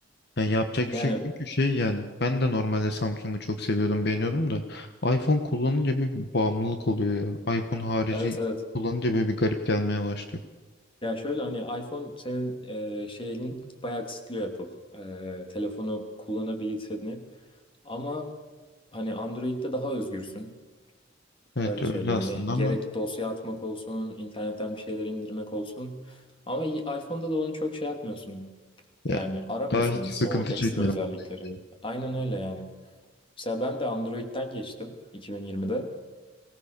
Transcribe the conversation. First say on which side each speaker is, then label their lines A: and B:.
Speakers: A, on the left (about 60°); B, on the left (about 30°).
A: Yani yapacak bir
B: Yani
A: şey yok çünkü şey yani. Ben de normalde Samsung'u çok seviyordum, beğeniyordum da iPhone kullanınca böyle bir bağımlılık oluyor ya. iPhone harici
B: evet evet
A: kullanınca böyle bir garip gelmeye başlıyor.
B: Ya şöyle hani iPhone senin e, şeyini bayağı kısıtlıyor Apple. E, telefonu kullanabilirsini. Ama hani Android'de daha özgürsün.
A: Evet
B: Öyle
A: öyle
B: söyleyeyim.
A: aslında
B: Hani
A: ama
B: gerek dosya atmak olsun, internetten bir şeyler indirmek olsun. Ama y- iPhone'da da onu çok şey yapmıyorsun.
A: ya
B: Yani aramıyorsun
A: daha hiç sıkıntı
B: o ekstra
A: çekmedim
B: özellikleri.
A: onunla ilgili.
B: Aynen öyle yani. Mesela ben de Android'den geçtim 2020'de.